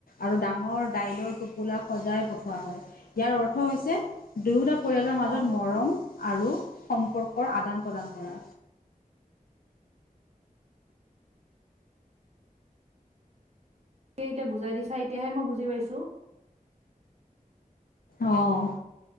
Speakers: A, on the left; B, on the right.
A: আৰু ডাঙৰ দাইলৰ টোপোলা সজাই পঠিওৱা হয়। ইয়াৰ অৰ্থ অৰ্থ হৈছে, দুয়োটা পৰিয়ালৰ মাজত
B: অ অ',
A: মৰম আৰু সম্পৰ্কৰ আদান-প্ৰদান কৰা।
B: তে এতিয়া বুজাই দিছা, এতিয়াহে মই বুজি পাইছোঁ।
A: অ'।